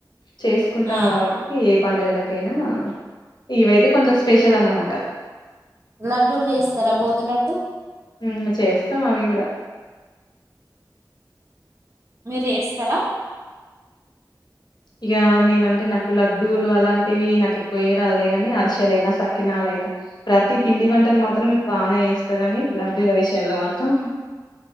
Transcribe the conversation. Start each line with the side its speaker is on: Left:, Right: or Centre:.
Left: చేసుకుంటాం
Right: ఆ
Left: కాబట్టి ఏ పడుగలకైనా ఇవైతే కొంచం స్పెషల్ అనమాట
Right: లడ్డూలు చేస్తారా బోంది లడ్డూ
Left: అమ్ చేస్తాం అవి కూడా
Right: మీరేస్ సర
Left: ఇగ నేనంటే నాకు లడ్డూలు అలాంటివి నాకు ఎక్కువ ఏయ్ రావులే గాని అరిశలైనా సకినాలైనా ప్రతి పిండి వంటలు మాత్రం బానే జేస్ వస్త ని లడ్డూల విషయంలో మాత్రం